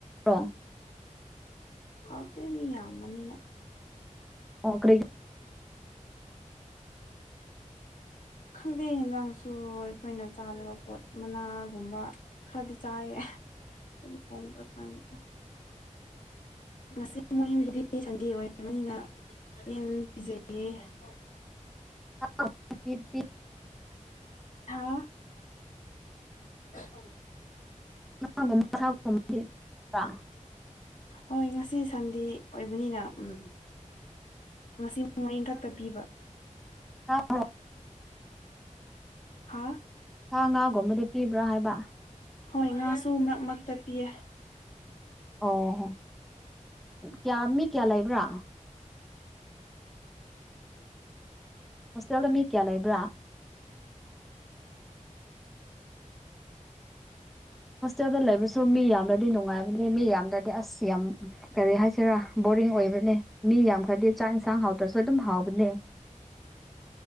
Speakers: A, in the centre; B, on the left (about 75°).
A: ꯊꯣꯡꯕ꯭ꯔꯣ
B: ꯍꯥꯎꯇꯦ ꯃꯤ ꯌꯥꯝꯕꯅꯤꯅ
A: ꯑꯣ ꯀꯔꯤ
B: ꯈꯪꯗꯦ ꯌꯦꯟꯖꯥꯡꯁꯨ ꯑꯩꯈꯣꯏꯅ ꯆꯥꯗꯕ ꯄꯣꯠ ꯃꯅꯥꯒꯨꯝꯕ ꯈꯔꯗꯤ ꯆꯥꯏꯌꯦ ꯍꯦ ꯑꯩ ꯊꯣꯡꯕ꯭ꯔꯥ ꯈꯪꯗꯦ <unintelligible>
A: <unintelligible>
B: ꯍꯥꯥ꯫ ꯍ
A: <unintelligible>
B: ꯍꯣꯏ ꯉꯁꯤ ꯁꯟꯗꯦ ꯑꯣꯏꯕꯅꯤꯅ ꯎꯝ ꯉꯁꯤ <inaudible> ꯈꯛꯇ ꯄꯤꯕ꯫
A: <unintelligible>
B: ꯍꯥꯥ
A: ꯁꯥ ꯉꯥꯒꯨꯝꯕꯗꯤ ꯄꯤꯕ꯭ꯔꯥ ꯍꯥꯏꯕ꯫
B: ꯍꯣꯏ ꯉꯥꯁꯨ ꯃꯔꯛꯃꯛꯇ ꯄꯤꯌꯦ꯫
A: ꯑꯣ ꯀꯌꯥ ꯃꯤ ꯀꯌꯥ ꯂꯩꯕ꯭ꯔꯥ꯫ ꯍꯣꯁꯇꯦꯜꯗ ꯃꯤ ꯀꯌꯥ ꯂꯩꯕ꯭ꯔꯥ꯫ ꯍꯣꯁꯇꯦꯜꯗ ꯂꯩꯕꯁꯨ ꯃꯤ ꯌꯥꯝꯅꯗꯤ ꯅꯨꯡꯉꯥꯏꯕꯅꯦ ꯃꯤ ꯌꯥꯝꯗ꯭ꯔꯗꯤ ꯑꯁ ꯌꯥꯝ ꯀꯔꯤ ꯍꯥꯏꯁꯤꯔꯥ ꯕꯣꯔꯤꯡ ꯑꯣꯏꯕꯅꯦ ꯃꯤ ꯌꯥꯝꯈꯗꯤ ꯆꯥꯛ ꯏꯟꯁꯥꯡ ꯍꯥꯎꯗ꯭ꯔꯁꯨ ꯑꯗꯨꯝ ꯍꯥꯎꯕꯅꯦ